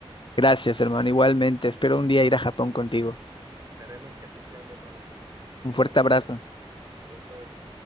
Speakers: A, on the left; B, on the right.
A: Gracias, hermano, igualmente, espero un día ir a Japón contigo.
B: Esperemos que así sea, mi hermano.
A: Un
B: Nos
A: fuerte
B: vemos,
A: abrazo.
B: abrazos.